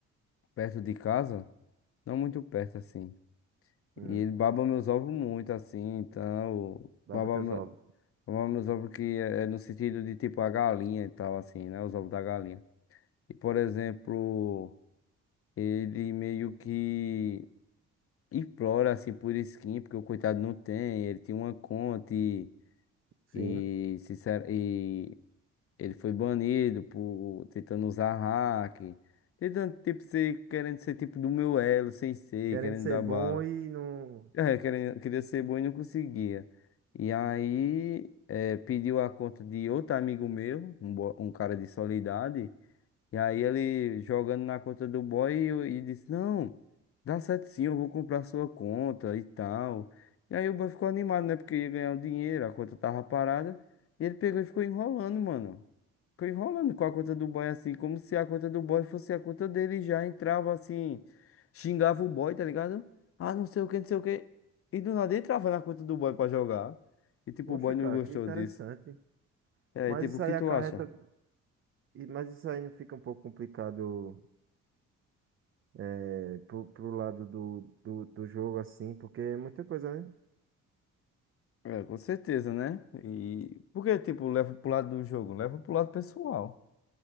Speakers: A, on the left; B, on the right.
A: perto de casa, não muito perto assim.
B: Hum,
A: E ele baba meus ovos muito assim, então
B: dobra
A: baba.
B: teus ovos.
A: Mamamos nos ovos que é, é no sentido de tipo a galinha e tal, assim, né? Os ovos da galinha. E, por exemplo, ele meio que implora, assim, por skin, porque o coitado não tem, ele tinha uma conta e,
B: Sim.
A: e, sincero, e ele foi banido por tentando usar hack, tentando, tipo, ser, querendo ser tipo do meu elo, sem ser,
B: Querendo
A: querendo
B: ser
A: dar
B: bom
A: bala.
B: e não...
A: É, queria, queria ser bom e não conseguia. E aí, é, pediu a conta de outro amigo meu, um, bo- um cara de Soledade. E aí, ele jogando na conta do boy e, eu- e disse: Não, dá certo sim, eu vou comprar sua conta e tal. E aí, o boy ficou animado, né? Porque ia ganhar o dinheiro, a conta tava parada. E ele pegou e ficou enrolando, mano. Ficou enrolando com a conta do boy assim, como se a conta do boy fosse a conta dele e já entrava assim, xingava o boy, tá ligado? Ah, não sei o que, não sei o que. E do nada entrava na conta do boy pra jogar. E tipo,
B: Poxa,
A: o boy não
B: cara,
A: gostou
B: que interessante.
A: disso. É, E
B: Mas
A: aí, tipo,
B: isso
A: o que
B: aí
A: tu
B: acarreta.
A: acha?
B: e- Mas isso aí não fica um pouco complicado é, pro, pro lado do, do, do jogo, assim, porque é muita coisa, né?
A: É, com certeza, né? E porque, tipo, leva pro lado do jogo, leva pro lado pessoal.